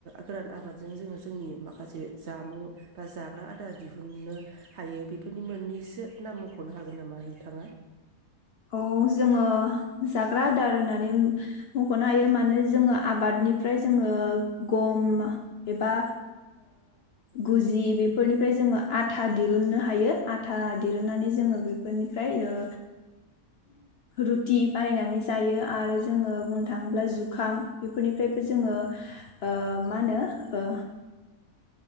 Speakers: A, on the right; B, on the left.
A: गोरान आबाद जों जोङो जोंनि माखासे जामु बा जाग्रा आदार दिहुननो हायो बेफोरनि मोननैसो नाम मख'नो हागोन नामा नोंथाङा?
B: अ जोङो जाग्रा आदार होननानै मख'नो हायो मानो जोङो आबादनिफ्राय जोङो गम एबा गुजि बेफोरनिफ्राय जोङो। आथा दिरुननो हायो आथा दिरुन नानै जोङो बेफोरनिफ्राय ओ। रुथि बानायनानै जायो आरो जोङो बुंनो थाङोब्ला जुखाम बेफोरनिफ्रायबो जोङो ओ मा होनो ओ।